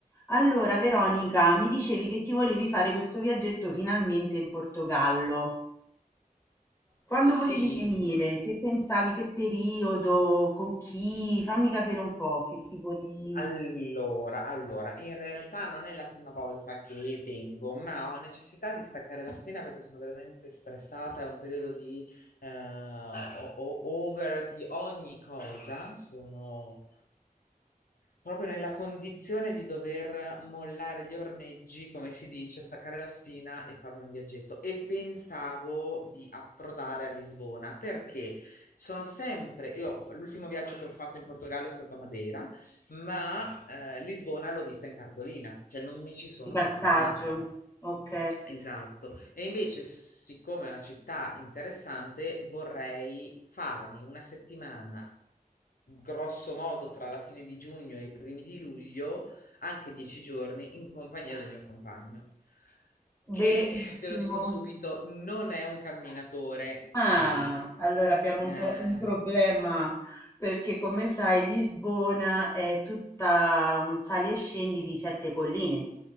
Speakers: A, on the left; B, on the left.
A: Allora Veronica, mi dicevi che ti volevi fare questo viaggetto finalmente in Portogallo. Quando
B: Sì,
A: volevi venire? Che pensavi? Che periodo? Con chi? Fammi capire un po' che tipo di
B: allora, allora, in realtà non è la prima volta che vengo, ma ho necessità di staccare la spina perché sono veramente stressata, è un periodo di eh, o- o- over di ogni cosa, sono proprio nella condizione di dover mollare gli ormeggi, come si dice, staccare la spina e farmi un viaggetto. E pensavo di approdare a Lisbona perché sono sempre, io ho fa- l'ultimo viaggio che ho fatto in Portogallo è stato a Madeira, ma eh, Lisbona l'ho vista in cartolina, cioè non mi ci sono
A: di passaggio.
B: soffermata.
A: Ok,
B: Esatto. E invece, siccome è una città interessante, vorrei farmi una settimana, grosso modo tra la fine di giugno e i primi di luglio, anche dieci giorni, in compagnia del mio compagno, che,
A: bellissimo.
B: te lo dico subito, non è un camminatore,
A: Ah,
B: quindi...
A: allora abbiamo
B: eh,
A: un po' un problema perché come sai Lisbona è tutta un sali e scendi di sette colline,